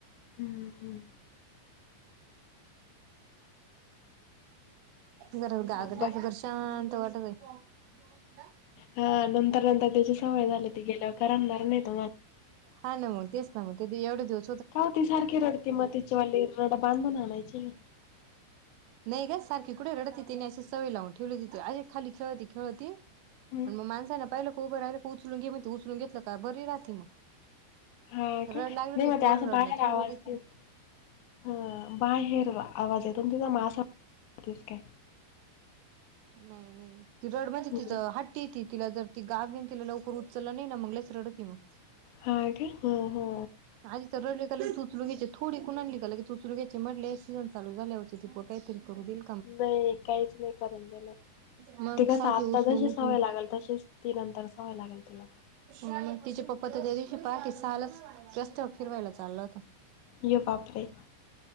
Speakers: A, on the left; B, on the right.
A: हं, हं.
B: घर गागट्याच
A: बाय
B: घर्ष शांत वाटते <unintelligible>
A: हा नंतर नंतर त्याची सवय झाली ती गेल्यावर करमणार नाही तो मला
B: हा ना तेच ना म ते एवढे दि
A: का हो ती सारखी रडते मग तिच्या वली रड बांधून आणायची ना
B: नाही का सारखी कुठे रडत तिने, अशी सवय लावून ठेवली तिथे अरे खाली खेळती खेळती ण
A: हं.
B: मग माणसाना पाहिलं क उभं राहिलं का उचलून घे म्हण उचलून घेतलं का बरी राह मग
A: हा
B: रड
A: का नाही
B: लागली होती
A: मग
B: पोर
A: ते असं
B: रडणं
A: बाहेर
B: थांबवतीच
A: आवाजे
B: नाही.
A: ह बाहेर आवाज येतून तिचा मास वास काय
B: नाही नाही ति रड म्हणजे
A: हं.
B: तिथं हट्टी तिला ज त गाग घेन तिला लवकर उचललं नाही ना मगला रडत मग
A: हा काय हा हा
B: आजी तर रडली चुचू घ्याय थोडी कुण आणली गलं की चुचरू घ्याचे म्हटले हे सीझन चालू झाल्या होती ती प काही तरी करू दिल
A: नाही काहीच नाही करून देणार
B: मग
A: ती कस
B: सारखी
A: आता
B: उचलून
A: जशी
B: उचलून
A: सवय लागेल तशीच ती नंतरच सवय लागेल तिला
B: अ तिचे पप्पा तर त्या दिवशी पहाट सहालाच रस्त्यावर फिरवायला चाललंत
A: ये बापरे